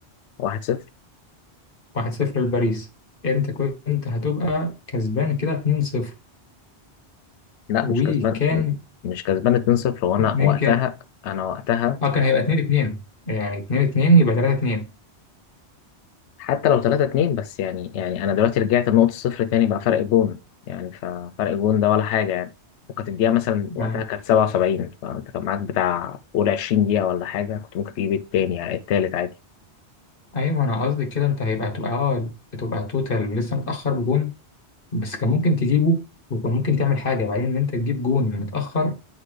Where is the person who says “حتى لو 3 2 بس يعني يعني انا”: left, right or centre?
Left